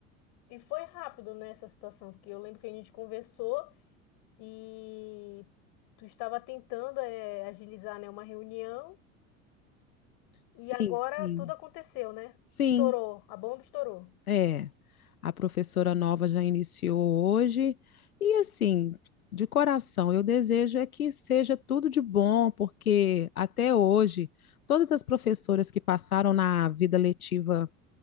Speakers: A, on the left; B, on the left.
A: E foi rápido nessa situação, porque eu lembro que a gente conversou e tu estava tentando eh, agilizar, né, uma reunião
B: Sim,
A: e agora
B: sim.
A: tudo aconteceu, né?
B: Sim,
A: Estourou, a bomba estourou.
B: É, a professora nova já iniciou hoje e assim, de coração, eu desejo é que seja tudo de bom, porque até hoje todas as professoras que passaram na vida letiva